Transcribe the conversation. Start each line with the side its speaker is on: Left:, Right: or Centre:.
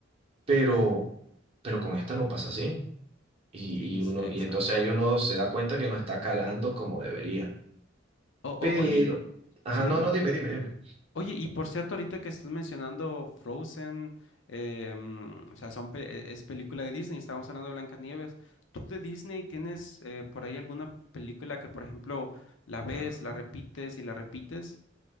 Right: Pero, pero con esta no pasa así. Y,
Left: Sí,
Right: y uno,
Left: sí, exacto.
Right: y entonces ahí uno se da cuenta que no está calando como debería.
Left: O,
Right: Pero,
Left: o- oye, y po-
Right: ajá,
Left: sí, dime.
Right: no, no, dime, dime, dime.
Left: Oye, y por cierto, ahorita que estás mencionando Frozen, eh, mm, o sea, son pe- e- es película de Disney, estábamos hablando de Blancanieves. ¿Tú de Disney tienes eh, por ahí alguna película que, por ejemplo, la ves,
Right: Ajá.
Left: la repites y la repites?